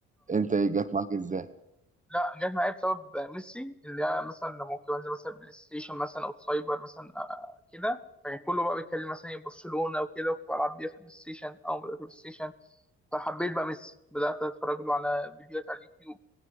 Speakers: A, on the right; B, in the centre.
A: انت ايه جت معاك ازاي
B: لا جت معايا بسبب ميسي اللي هي مثلا لما كنت بنزل مثلا بلاي ستيشن مثلا او سايبر مثلا آه، آه، كده فكان كله بقى بيتكلم مثلا إيه برشلونه وكده وكنت بلعب بيها في البلاي ستيشن او بدات بلاي ستيشن فحبيت بقى ميسي بدات اتفرج له على فيديوهات على اليوتيوب